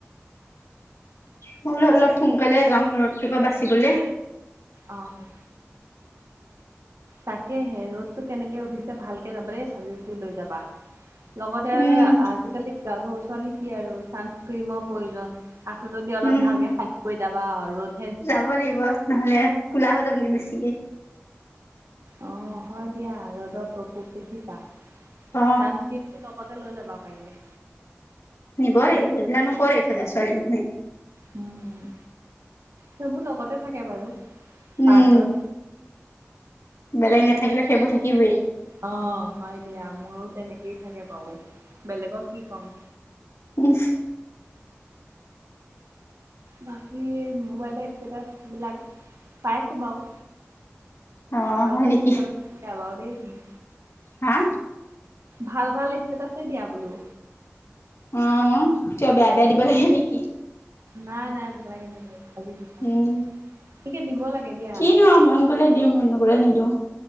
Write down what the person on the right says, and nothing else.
অ'। তাকেহে ৰ'দটো কেনেকে উঠিছে, ভালকে যাবা দেই ছাতি-তাতি লৈ যাবা। লগতে আৰু
আজিকালি গাভৰু ছোৱালী কি আৰু ছানচক্ৰীমৰ প্ৰয়োজন। আছে যদি অলপ
ভালকে <unintelligible> কৰি যাবা আৰু ৰদ
অ', হয় দিয়া ৰ'দৰ প্ৰকোপ দেখিছা।
ছানস্ক্ৰিমটো লগতে লৈ লবা পাৰিলে।
উম, সেইবোৰ লগতে থাকে বাৰু।
পাৰ্চত।
অ', হয় দিয়া মোৰো তেনেকেই থাকে বাৰু, বেলেগক কি ক'ম।
বাকী মোবাইলৰ ষ্টেটাচ বিলাক, পাইছো বাৰু।
ভাল
ভাল
<unintelligible> দিয়া দেই তুমি।
ভাল ভাল ষ্টেতাছেই দিয়া বোলো।
নাই নাই, নেলাগে নেলাগে।
<unintelligible> দিব লাগে দিয়া।